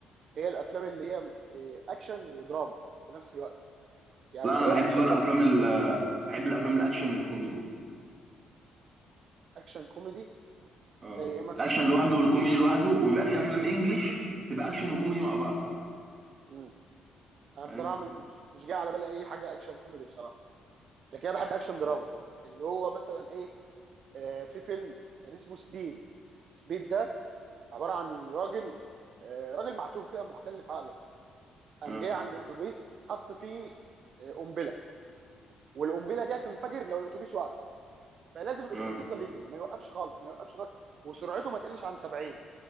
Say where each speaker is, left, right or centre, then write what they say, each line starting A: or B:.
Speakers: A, on the right; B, on the right.
A: هي الافلام اللي هي إيه، اكشن ودراما في نفس الوقت يعني
B: لا
A: مش
B: انا
A: اللي
B: بحب
A: هو اكشن
B: بقى الافلام
A: بس
B: ال بحب الافلام الاكشن والكوميدي
A: اكشن كوميدي
B: اه
A: زي ايه مثلا
B: الاكشن لوحده والكوميدي لوحده وبيبقى في افلام انجليش تبقى اكشن وكوميدي مع بعض
A: امم انا
B: فاهم
A: بصراحه م- مش مش جاي على بالي اي حاجه اكشن كوميدي بصراحه لكن انا بحب اكشن دراما
B: هو
A: اللي هو مثلا ايه آه في فيلم كان اسمه سبيد سبيد ده عباره عن راجل آه، راجل معتوه كده مختل في عقله قام
B: اه
A: جاي عند اتوبيس حط فيه آه، قنبله والقنبله دي هتنفجر لو الاتوبيس وقف فلازم الاتوبيس
B: اه
A: يفضل يجري ما يوقفش خالص ما يوقفش خالص وسرعته ما تقلش عن 70